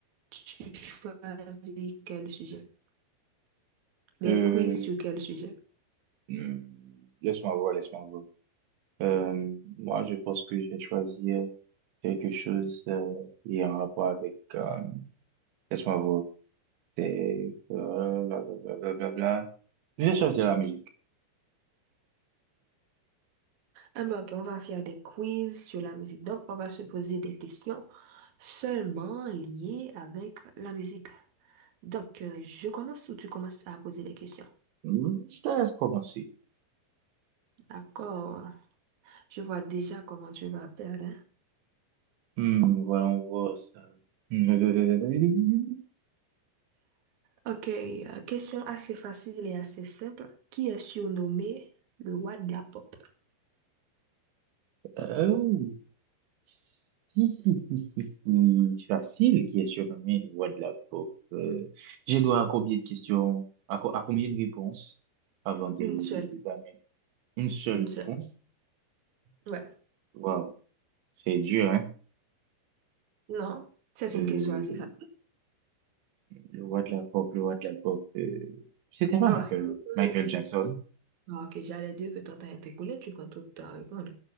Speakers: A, on the right; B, on the right.
A: Tu choisis quel sujet? Des
B: Euh,
A: quiz sur quel sujet?
B: hmm, laisse-moi voir, laisse-moi voir. Euh, moi, je pense que je vais choisir quelque chose euh, qui est en rapport avec... euh, laisse-moi voir. C'est... euh, blablabla. Je vais choisir la musique.
A: Ah ben, ok, on va faire des quiz sur la musique. Donc, on va se poser des questions seulement liées avec la musique. Donc, euh, je commence ou tu commences à poser des questions?
B: Hmm, Je te laisse commencer.
A: D'accord. Je vois déjà comment tu vas perdre. hein.
B: Hmm, voyons voir ça. <laughs>
A: Ok, euh, question assez facile et assez simple. Qui est surnommé le roi de la pop?
B: Euh, oh. Si hi, hi, hi, hi. Facile qui est surnommé le roi de la pop. Euh, j'ai droit à combien de questions, à, co- à combien de réponses avant de,
A: Une
B: de,
A: seule,
B: de donner une seule
A: une seule.
B: réponse?
A: Ouais.
B: Waouh, c'est dur, hein?
A: Non, c'est
B: Euh,
A: une question assez facile.
B: le roi de la pop, le roi de la pop. euh, c'était pas
A: Ah,
B: Michael,
A: ouais.
B: Michael Jackson.
A: Ah, ok, j'allais dire que ton temps est écoulé, tu prends tout le temps à répondre.